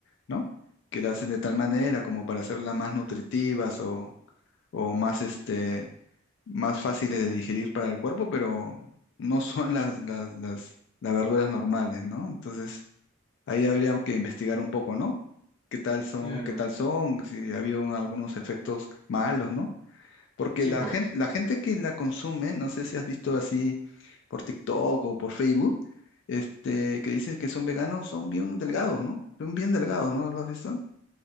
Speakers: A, on the left (about 60°); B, on the left (about 25°).
A: ¿no? Que las hacen de tal manera como para hacerlas más nutritivas o, o más este, más fáciles de digerir para el cuerpo, pero no son las, las, las, las verduras normales, ¿no? Entonces Ahí habría que investigar un poco, ¿no? ¿Qué tal son,
B: Claro,
A: qué tal son? Si ha habido un- algunos efectos malos, ¿no? Porque
B: Sí,
A: la
B: pues.
A: gente, la gente que la consume, no sé si has visto así por TikTok o por Facebook, este, que dicen que son veganos, son bien delgados, ¿no? Son bien delgados, ¿no? ¿Lo has visto?